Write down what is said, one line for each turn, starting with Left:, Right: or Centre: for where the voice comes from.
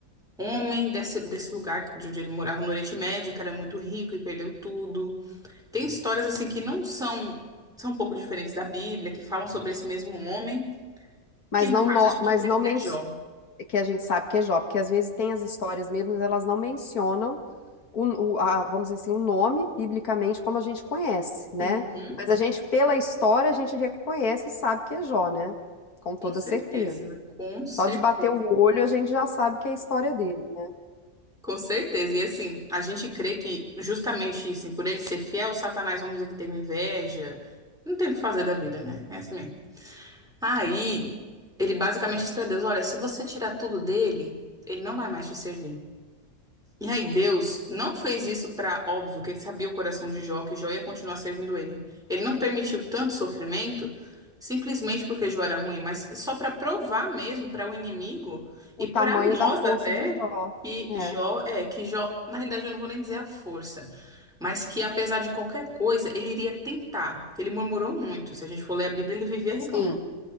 Centre: homem desse, desse lugar de onde ele morava no Oriente Médio, que era muito rico e perdeu tudo. Tem histórias assim que não são, são um pouco diferentes da Bíblia, que falam sobre esse mesmo homem,
Left: Mas
Centre: que no
Left: não,
Centre: caso
Left: no-
Centre: a gente
Left: mas
Centre: crê
Left: não
Centre: que
Left: men-
Centre: é Jó.
Left: que a gente sabe que é Jó, porque às vezes tem as histórias mesmo, mas elas não mencionam o, o- a- vamos dizer assim, o nome biblicamente como a gente conhece, né?
Centre: Uhum,
Left: Mas a gente, pela história, a gente reconhece e sabe que é Jó, né? Com toda
Centre: com certeza,
Left: certeza.
Centre: com certeza.
Left: Só de bater o olho, a gente já sabe que é a história dele, né?
Centre: Com certeza. E assim, a gente crê que justamente assim, por ele ser fiel, Satanás, vamos dizer que teve inveja. Não tem o que fazer da vida, né? É assim mesmo. Aí, ele basicamente diz pra Deus: Olha, se você tirar tudo dele, ele não vai mais te servir. E aí, Deus não fez isso para óbvio que ele sabia o coração de Jó, que Jó ia continuar servindo ele. Ele não permitiu tanto sofrimento simplesmente porque Jó era ruim, mas só para provar mesmo para o inimigo
Left: O
Centre: e para
Left: tamanho
Centre: nós
Left: da força
Centre: até
Left: de Jó.
Centre: que
Left: É,
Centre: Jó é que Jó, na realidade eu não vou nem dizer a força, mas que apesar de qualquer coisa, ele iria tentar. Ele murmurou muito. Se a gente for ler a Bíblia, ele vivia reclamando,
Left: sim.